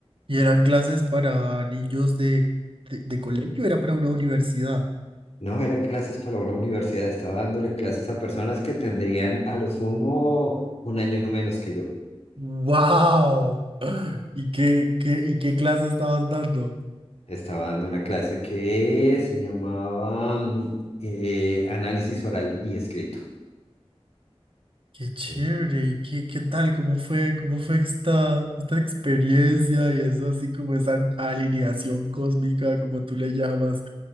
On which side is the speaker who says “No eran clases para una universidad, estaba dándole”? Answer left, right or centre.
Left